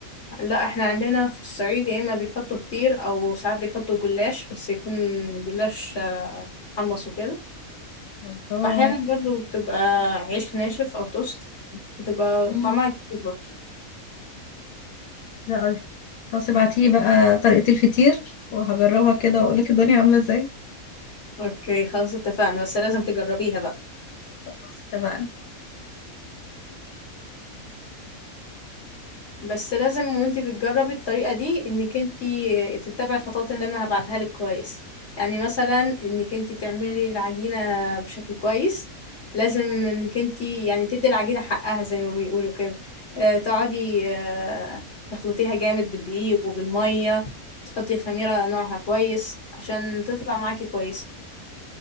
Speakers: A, on the left (about 50°); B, on the left (about 75°).
A: لا احنا عندنا في الصعيد يا اما بيحطوا فطير او ساعات بيحطوا جلاش بس يكون جلاش آه، محمص وكده
B: الله
A: واحيانا برضو بتبقى عيش ناشف او توست بتبقى
B: مم.
A: طعمها جميل برضو
B: لا، خلاص ابعتيلي بقى طريقة الفطير وهجربها كده واقولك الدنيا عاملة ازاي
A: اوكي خلاص اتفقنا بس لازم تجربيها بقى
B: خلاص اتفقنا
A: بس لازم وانتي بتجربي الطريقة دي انك انتي تتبعي الخطوات اللي انا هبعتها لك كويس يعني مثلا انك انتي تعملي العجينة بشكل كويس لازم انك انتي يعني تدي العجينة حقها زي ما بيقولوا كده اه تقعدي اه تخلطيها جامد بالدقيق وبالمية تحطي خميرة نوعها كويس عشان تطلع معاكي كويس